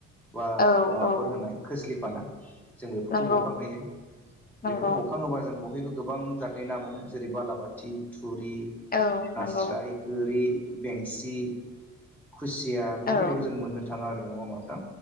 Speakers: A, in the centre; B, on the left (about 30°).
A: बा
B: औ
A: माबाफोर
B: औ
A: होनाय खोस्लिफाना जों बेफोरखौ
B: नंगौ
A: हखांहैयो
B: नंगौ
A: बेखौ हखाङोबा जों जों बहायबो गोबां जाहाथे ना मोनो जेरै बालाबाथि थुरि
B: औ
A: नास्राय
B: नंगौ
A: गोरि बेंसि खुसिया बेफोरबायदिखौ
B: औ
A: जों मोननो थाङा आरो नङा होनबा नोंथां